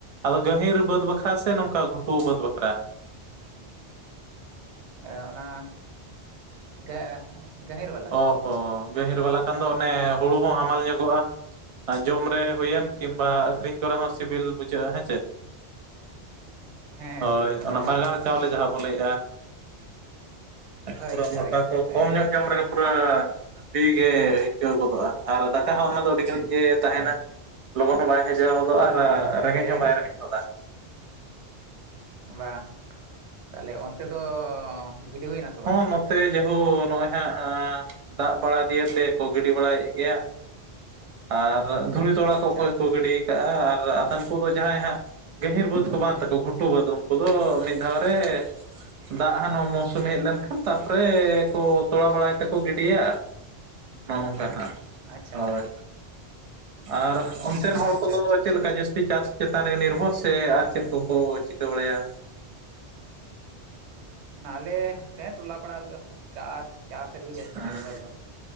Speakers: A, on the right; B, on the right.
A: ᱟᱫᱚ ᱜᱟᱹᱦᱤᱨ ᱵᱟᱹᱫᱽ ᱵᱟᱠᱷᱨᱟ ᱥᱮ ᱱᱚᱝᱠᱟ ᱠᱟᱷᱴᱩᱣᱟᱹᱚᱫ ᱵᱟᱠᱷᱨᱟ
B: ᱮᱸ ᱚᱱᱟ ᱜᱟ ᱜᱟᱹᱦᱤᱨ ᱣᱟᱞ
A: ᱚ ᱦᱚᱸᱚ ᱜᱟᱹᱦᱤᱨ ᱵᱟᱞᱟ ᱠᱷᱟᱱ ᱫᱚ ᱚᱱᱮ ᱦᱩᱲᱩ ᱦᱚᱸ ᱦᱟᱢᱟᱞ ᱧᱚᱜᱚᱜᱼᱟ ᱡᱚᱢ ᱨᱮ ᱦᱩᱭᱮᱱ ᱠᱤᱝᱵᱟ ᱟᱹᱠᱷᱨᱤᱧ ᱠᱚᱨᱮ ᱦᱚᱸ ᱥᱤᱵᱤᱞ ᱵᱩᱡᱷᱟᱹᱜᱼᱟ ᱦᱮᱸᱥᱮ?
B: ᱦᱮᱸ
A: ᱦᱳᱭ
B: ᱥᱤᱵᱤᱞ ᱵᱩᱡᱷᱟᱹᱜᱼᱟ
A: ᱚᱱᱟ ᱵᱟᱜᱟᱱ ᱪᱟᱣᱞᱮ ᱡᱟᱦᱟᱸ ᱵᱚᱱ ᱞᱟᱹᱭᱮᱫᱼᱟ᱾
B: ᱦᱮᱸ ᱦᱳᱭ
A: ᱯᱩᱨᱟᱹ ᱢᱚᱴᱟ
B: ᱦᱳᱭ
A: ᱠᱚ
B: ᱦᱳᱭ
A: ᱠᱚᱢ
B: ᱦᱳᱭ
A: ᱧᱚᱜ ᱡᱚᱢ ᱨᱮᱜᱮ ᱯᱩᱨᱟᱹ ᱵᱤᱮ ᱟᱹᱭᱠᱟᱹᱣ ᱜᱚᱫᱚᱜᱼᱟ᱾ ᱟᱨ ᱫᱟᱠᱟ ᱦᱚᱸ ᱚᱱᱟ ᱫᱚ ᱟᱹᱰᱤ
B: ᱦᱮᱸ
A: ᱜᱷᱟᱹᱲᱤᱡ ᱜᱮ ᱛᱟᱦᱮᱱᱟ
B: ᱦᱮᱸ
A: ᱞᱚᱜᱚᱱ ᱦᱚᱸ ᱵᱟᱭ ᱦᱟᱮᱡᱟᱣ ᱦᱚᱫᱚᱜᱼᱟ ᱟᱨ ᱨᱮᱸᱜᱮᱡ
B: ᱛᱟᱦᱮᱸᱱ
A: ᱦᱚᱸ ᱵᱟᱭ ᱨᱮᱸᱜᱮᱡ ᱜᱚᱫᱟ᱾
B: ᱵᱟᱝ ᱛᱟᱦᱚᱞᱮ ᱚᱱᱛᱮ ᱫᱚ ᱜᱤᱰᱤ ᱦᱩᱭ ᱱᱟᱥ
A: ᱦᱚᱸ ᱱᱚᱛᱮ ᱡᱮᱦᱳᱠ ᱱᱚᱜᱼᱚᱭ ᱦᱟᱸᱜ ᱫᱟᱜ ᱵᱟᱲᱟ ᱫᱤᱭᱮ ᱛᱮᱠᱚ ᱜᱤᱰᱤ ᱵᱟᱲᱟᱭᱮᱫ ᱜᱮᱭᱟ ᱟᱨ ᱫᱷᱩᱲᱤ ᱛᱚᱲᱟ
B: ᱟᱪᱪᱷᱟ
A: ᱠᱚ ᱚᱠᱚᱭ ᱠᱚ ᱜᱤᱰᱤ ᱠᱟᱜᱼᱟ ᱟᱨ ᱟᱫᱷᱮᱱ ᱠᱚᱫᱚ ᱡᱟᱦᱟᱸᱭ ᱦᱟᱸᱜ ᱜᱟᱹᱦᱤᱨ ᱵᱟᱹᱫᱽ ᱠᱚ ᱵᱟᱝ ᱛᱟᱠᱚ ᱜᱷᱩᱴᱩ ᱵᱟᱹᱫ ᱩᱱᱠᱩ ᱫᱚ ᱢᱤᱫ ᱫᱷᱟᱣ ᱨᱮ ᱫᱟᱜ ᱦᱟᱱ ᱢ ᱢ ᱦᱮᱡ ᱞᱮᱱᱠᱷᱟᱱ ᱛᱟᱨᱯᱚᱨᱮ ᱠᱚ ᱛᱚᱲ ᱵᱟᱲᱟᱭ ᱛᱮᱠᱚ ᱜᱤᱰᱤᱭᱟ ᱱᱚᱜᱼᱚ ᱱᱚᱝᱠᱟ
B: ᱟᱪᱪᱷᱟ
A: ᱦᱳᱭ ᱟᱨ ᱚᱱᱛᱮᱱ
B: ᱟᱪᱪᱷᱟ
A: ᱦᱚᱲ ᱠᱚᱫᱚ
B: ᱟᱪᱪᱷᱟ
A: ᱪᱮᱫ
B: ᱟᱪᱪᱷᱟ
A: ᱞᱮᱠᱟ
B: ᱟᱪᱪᱷᱟ
A: ᱡᱟᱹᱥᱛᱤ ᱪᱟᱥ? ᱪᱮᱛᱟᱱ ᱨᱮᱜᱮ ᱱᱤᱨᱵᱷᱚᱨ ᱥᱮ ᱟᱨ ᱪᱮᱫ ᱠᱚᱠᱚ ᱪᱤᱠᱟᱹ ᱵᱟᱲᱟᱭᱟ?
B: ᱟᱞᱮ ᱴ ᱴᱚᱞᱟ ᱯᱟᱲᱟ ᱨᱮᱫᱚ ᱪᱟᱥ ᱪᱟᱥᱟᱹᱨᱜ ᱡᱟᱹᱥᱛᱤ
A: ᱦᱮᱸ
B: ᱱᱨ ᱵᱟᱨ ᱫᱚ